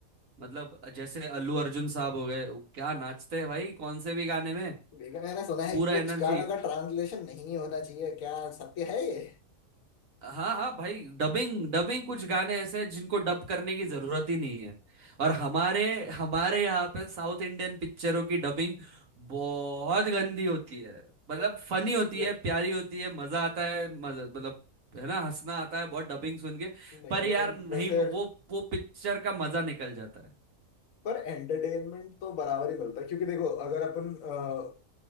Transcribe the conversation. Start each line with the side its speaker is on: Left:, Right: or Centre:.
Right: मतलब जैसे अल्लू अर्जुन साहब हो गए क्या नाचते हैं भाई कौन से भी गाने में
Left: लेकिन मैंने सुना है
Right: पूरा
Left: कि कुछ
Right: एनर्जी
Left: गानों का ट्रांसलेशन नहीं होना चाहिए क्या सत्य है ये
Right: हाँ हाँ भाई डबिंग डबिंग कुछ गाने ऐसे हैं जिनको डब करने की जरूरत ही नहीं है और हमारे हमारे यहाँ पे साउथ इंडियन पिक्चरों की डबिंग बहुत गंदी होती है मतलब फनी
Left: <laughs>
Right: होती
Left: यार
Right: है प्यारी होती है मजा आता है मजा मतलब है ना हंसना आता है बहुत डबिंग सुन के
Left: नहीं
Right: पर
Left: अगर
Right: यार
Left: हम
Right: नहीं
Left: वैसे
Right: वो वो पिक्चर का मजा निकल जाता है
Left: पर एंटरटेनमेंट तो बराबर ही मिलता है क्योंकि देखो अगर अपन अ,